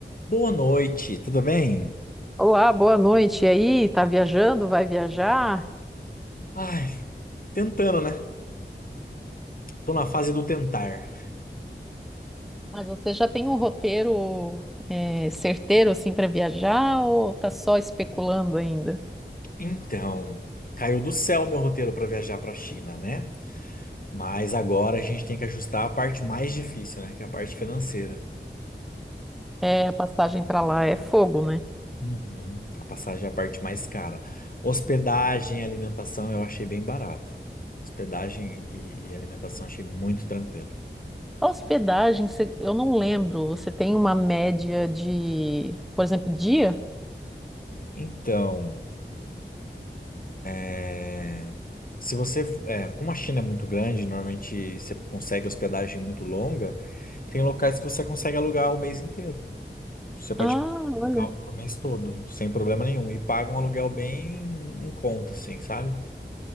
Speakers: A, on the left; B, in the centre.
A: Boa noite, tudo bem?
B: Olá, boa noite. E aí, tá viajando? Vai viajar?
A: Ai, tentando, né? Tô na fase do tentar.
B: Mas você já tem um roteiro eh, certeiro assim para viajar ou tá só especulando ainda?
A: Então, caiu do céu meu roteiro pra viajar pra China, né? Mas agora a gente tem que ajustar a parte mais difícil, né? Que é a parte financeira.
B: É, a passagem para lá é fogo, né?
A: Uhum, A passagem é a parte mais cara. Hospedagem e alimentação eu achei bem barato. Hospedagem e, e alimentação achei muito tranquilo.
B: A hospedagem, você- eu não lembro. Você tem uma média de, por exemplo, dia?
A: Então. É, se você, é, como a China é muito grande, normalmente você consegue hospedagem muito longa, tem locais que você consegue alugar o mês inteiro. Você pode
B: Ah,
A: pegar
B: olha,
A: um local pro mês todo, sem problema nenhum, e paga um aluguel bem em conta, assim, sabe?